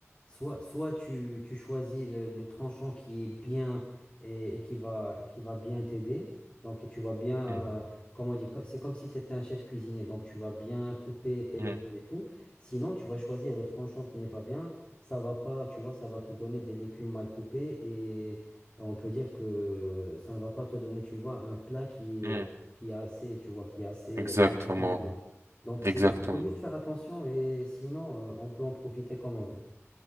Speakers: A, on the left; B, on the right.
A: soit, soit tu, tu choisis le, le tranchant qui est bien et, et qui va, qui va bien t'aider. Donc et tu vas bien,
B: Mhm,
A: euh, comment dire, co- c'est comme si tu étais un chef cuisinier. Donc tu vas bien couper tes
B: mhm,
A: légumes et tout. Sinon, tu vas choisir le tranchant qui n'est pas bien. Ça va pas, tu vois, ça va te donner des légumes mal coupés et on peut dire que ça ne va pas te donner, tu vois, un plat qui
B: mhm.
A: est, qui est assez, tu vois, qui est assez
B: Exactement.
A: euh, consistant et bien. Donc,
B: Exactement.
A: c'est, faut juste faire attention et sinon, euh, on peut en profiter comme on veut.